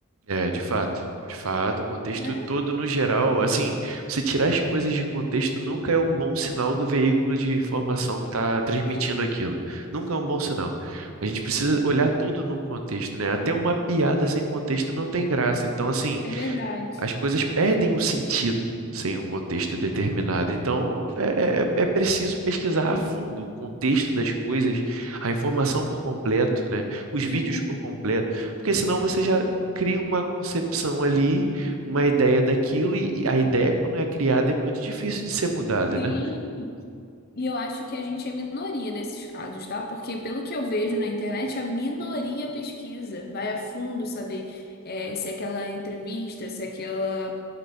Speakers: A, on the right (about 75°); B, on the left (about 45°).
A: É, de fato. De fato, o contexto
B: né?
A: todo no geral, assim, você tirar as coisas de contexto nunca é um bom sinal do veículo de informação que está transmitindo
B: Sim,
A: aquilo. Nunca é um bom sinal. A gente precisa olhar tudo num contexto, né? Até uma piada sem contexto não tem graça. Então, assim,
B: é verdade.
A: as coisas perdem o sentido sem o contexto determinado. Então, é, é- é é preciso pesquisar a fundo o contexto das coisas, a informação por completo, né? Os vídeos
B: Sim,
A: por completo, porque senão você já cria uma concepção ali, uma ideia daquilo, e e a ideia, quando é criada, é muito difícil de ser mudada,
B: sim.
A: né?
B: E eu acho que a gente é minoria nesses casos, tá? Porque pelo que eu vejo na internet, a minoria pesquisa, vai a fundo saber eh, se é aquela entrevista, se é aquela